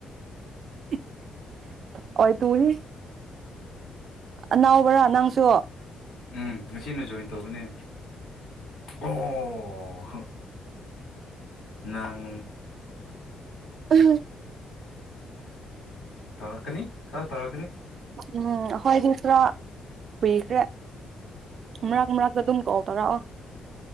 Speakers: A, on the right (about 50°); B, on the left (about 80°).
A: <unintelligible> ꯍ ꯇꯨꯡ ꯅꯅꯥꯎꯕ꯭ꯔꯥ ꯅꯪꯁꯨ
B: ꯎꯝ ꯉꯁꯤꯅ ꯖꯣꯏꯟ ꯇꯧꯕꯅꯦ ꯑꯣ ꯑꯪ
A: ꯎꯝ
B: ꯇꯧꯔꯀꯅꯤ ꯀ ꯇꯧꯔꯀꯅꯤ
A: ꯎꯝ ꯑꯩꯈꯣꯏꯗꯤ ꯈꯔ ꯀꯨꯏꯈ꯭ꯔꯦ ꯃꯔꯥꯛ ꯃꯔꯥꯛꯛꯇ ꯑꯗꯨꯝ ꯀꯧ ꯇꯔꯛꯑꯣ